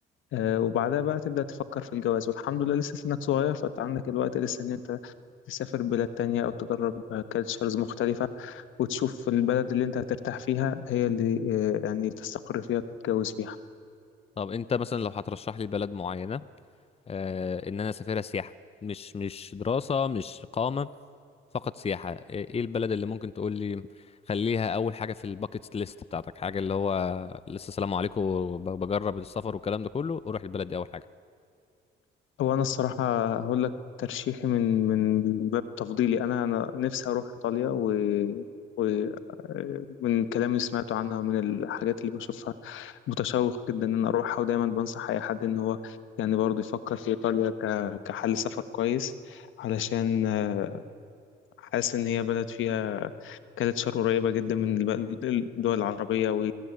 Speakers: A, on the left (about 80°); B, on the left (about 30°).
A: آه، وبعدها بقى تبدأ تفكر في الجواز والحمد لله لسه سنك صغير فانت عندك الوقت لسه ان انت تسافر بلاد تانية او تجرب كالتشرز مختلفة وتشوف البلد اللي انت هترتاح فيها هي اللي آه، يعني تستقر فيها وتتجوز فيها
B: طب انت مثلا لو هترشح لي بلد معينة آه ان انا اسافرها سياحة مش مش دراسة مش إقامة فقط سياحة ايه ايه البلد اللي ممكن تقول لي خليها اول حاجة في الباكيت ليست بتاعتك حاجة اللي هو لسه سلام عليكم بجرب السفر والكلام ده كله اروح البلد دي اول حاجة
A: هو انا الصراحه هقول لك ترشيحي من من من باب تفضيلي انا انا نفسي اروح ايطاليا و ومن الكلام اللي سمعته عنها ومن الحاجات اللي بشوفها متشوق جدا ان انا اروحها ودايما بنصح اي حد ان هو يعني برضه يفكر في ايطاليا ك... كحل سفر كويس علشان آه، حاسس ان هي بلد فيها كالتشر قريبه جدا من الب- الدول العربيه